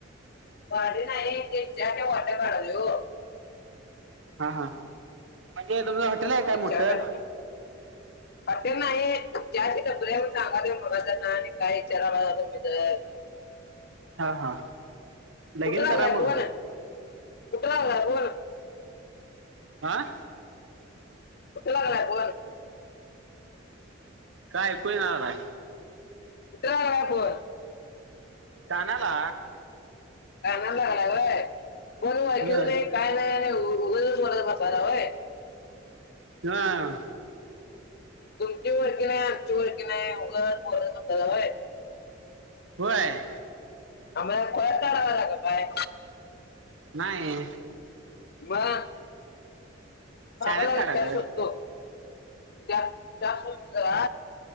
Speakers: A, on the left; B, on the right.
A: भांडी नाही ते चहाच्या वाट्या काढालोय ओ
B: हा हा म्हणजे तुमचं हॉटेल आहे काय
A: ते चहा
B: मोठं
A: प्या- हॉटेल नाही चहाची टपरी हाय म्हूणन सांगलोय मागच्यान आणि काय विचारलासा तुम्ही तर
B: हा हा लगीन
A: कुठं लागलाय
B: करा मग.
A: फोन, कुठं लागलाय फोन
B: आह
A: कुठं लागलाय फोन
B: काय ऐकू येईना दादा
A: कुठं लागलाय फोन
B: कानाला
A: काना लागय कोणी ऐकलं
B: होय
A: नाही काय नाही उग पासलावय
B: ह
A: तुमची ओळखी नाही आमची ओळखी नाही उग ब हो
B: हो आहे
A: आम्हाला कोयतरावां लाग काय
B: नाही.
A: मग थांबा
B: शाळेत
A: जरा
B: काढालोय.
A: चहा शोधतो चहा चहा शोधतो जरा.